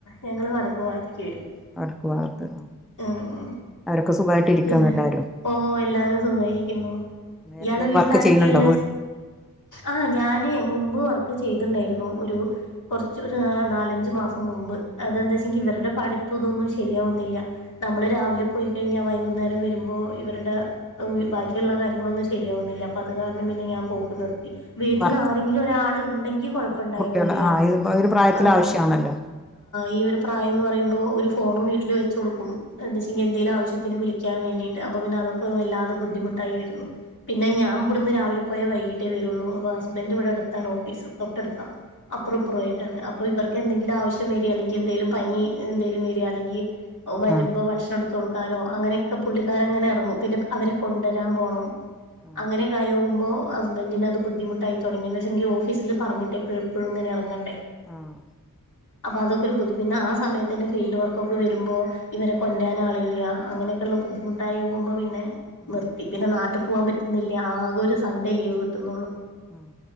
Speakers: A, on the left; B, in the centre.
A: ഞങ്ങൾ വടക്ക് ഭാഗത്തേക്ക് വരും
B: വടക്ക് ഭാഗത്ത്
A: ഏഹ് ഏഹ്
B: അവരൊക്കെ സുഖമായിട്ട് ഇരിക്കുന്നു
A: പിന്നെ
B: എല്ലാരും
A: ഓ എല്ലാവരും സുഖായിരിക്കുന്നു
B: വേറെ
A: ഇയാള്
B: എന്തെങ്കിലും
A: വീട്ടില
B: വർക്ക്
A: ആരൊക്കെയ
B: ചെയ്യുന്നുണ്ടോ
A: ഉള്ളത്
B: വീ
A: ആഹ് ഞാന് മുമ്പ് വർക്ക് ചെയ്തിണ്ടായിരുന്നു ഒരു കുറച്ച് ഒരു നാലഞ്ചു മാസം മുമ്പ് അതെന്താ വെച്ചെങ്കിൽ ഇവരുടെ പഠിത്തും ഇതൊന്നും ശരിയാവുന്നില്ല നമ്മള് രാവിലെ പോയി കഴിഞ്ഞാ വൈകുന്നേരം വരുമ്പോ ഇവരുടെ ബാക്കിയുള്ള കാര്യങ്ങളൊന്നും ശരിയാവുന്നില്ല അപ്പൊ അത് കാരണം പിന്നെ ഞാൻ പോക്ക് നിർത്തി വീട്ടിൽ
B: വർക്ക്
A: ആരെങ്കിലും ഒരാൾ ഉണ്ടെങ്കി കൊഴപ്പുണ്ടായിരുന്നില്ല
B: വേണം കുട്ടികള് ആ ഇത് ഒരു പ്രായത്തിൽ
A: ആഹ്
B: ആവശ്യമാണല്ലോ
A: ഈ ഒരു പ്രായംന്ന് പറയ്പോൾ ഒരു ഫോണൺ വീട്ടിൽ വെച്ച് കൊടുക്കും എന്ന് വെച്ചെങ്കിൽ എന്തെങ്കിലും ആവശ്യ ആവശ്യത്തിന് വിളിക്കാൻ വേണ്ടിട്ട് അപ്പൊ പിന്നെ അതൊക്കെ വല്ലാതെ ബുദ്ധിമുട്ടായി വരുന്നു പിന്നെ ഞാൻ ഇവിടുന്ന് രാവില പോയ വൈകീട്ടേ വരുള്ളൂ അ ഹസ്ബൻറ് ഇവിടെടുത്താണ് ഓഫീസ് തൊട്ടടുത്താ അപ്പുറോം ഇപ്പുറോം ആയിട്ടാണ് അപ്പ ഇർക്ക് എന്തെങ്കിലും ആവശ്യം <unintelligible> അല്ലെങ്കിൽ എന്തെങ്കലും പനി എന്തേലും വരിക ആണങ്കിൽ വരുമ്പോ
B: ആഹ്
A: ഭക്ഷണം എടുത്ത് ട്ത്ത്കൊടുക്കാനോ അങ്ങനെയൊക്കെ പുള്ളിക്കാരങ്ങനെ ഇറങ്ങും പിന്നെ അവരെ
B: ആഹ്
A: കൊണ്ടുവരാൻ പോണം
B: ആഹ്
A: അങ്ങനെ കെഴിയോമ്പോ ഹസ്ബന്റിന് അത് ബുദ്ധിമുട്ടായി തുടങ്ങിന്ന് വച്ച ഓഫീസിൽ പറഞ്ഞിട്ട് എപ്പോഴും എപ്പോഴും ഇങ്ങനെ ഇറങ്ങണ്ടേ
B: ആഹ്
A: അപ്പ അതൊക്കെ ഒരുബുദ്ധിമുട്ട് പിന്നെ ആ സമയത്ത് തന്നെ ഫീൽഡ് വർക്കൊക്കെ വരുമ്പോൾ ഇവരെ കൊറ്റാനാളില്ല അങ്ങനെയൊക്കെയുള്ള ബുദ്ധിമുട്ടായികുമ്പോൾ പിന്നെ
B: ഉം
A: നിർത്തി പിന്നെ നാട്ടിൽ പോകാൻ പറ്റുന്നില്ലേ ആകെ ഒരു സൺഡേ ലീവ് കിട്ടുന്നുള്ളൂ
B: ഉം